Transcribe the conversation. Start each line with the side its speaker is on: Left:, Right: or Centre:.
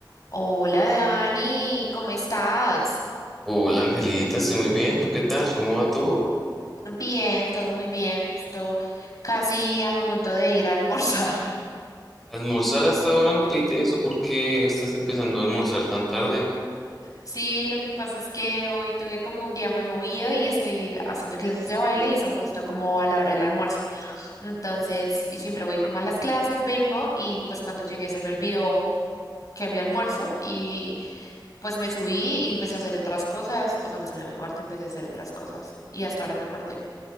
Left: Hola Dani, ¿cómo estás?
Centre: Hola Angelita, estoy muy bien. ¿Tú qué tal? ¿Cómo va todo?
Left: Bien, todo muy bien, justo casi a punto de ir a almorzar. <laughs>
Centre: ¿Almorzar hasta ahora, Angelita? ¿Y eso por qué estás empezando a almorzar tan tarde?
Left: Sí, lo que pasa es que hoy tuve como un día muy movido y estoy haciendo clases de baile y son justo como a la hora del almuerzo. Entonces, y siempre voy como a las clases, vengo y pues cuando llegué se me olvidó que había almuerzo y pues me subí y empecé a hacer otras cosas, o sea, me subí a mi cuarto y empecé a hacer otras cosas y hasta ahora me acordé.